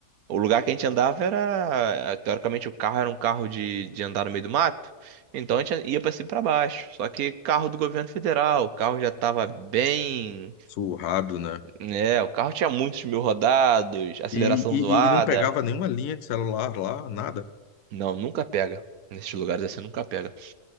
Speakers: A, on the right (about 70°); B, on the left (about 75°).
A: o lugar que a gente andava era, é, teoricamente, o carro era um carro de, de andar no meio do mato, então a gente ia para cima e para baixo. Só que carro do governo federal, o carro já estava bem,
B: Surrado, né?
A: né? O carro tinha muitos mil rodados, aceleração
B: E, e,
A: zoada.
B: e não pegava nenhuma linha de celular lá, nada.
A: Não, nunca pega. Nesses lugares assim, nunca pega.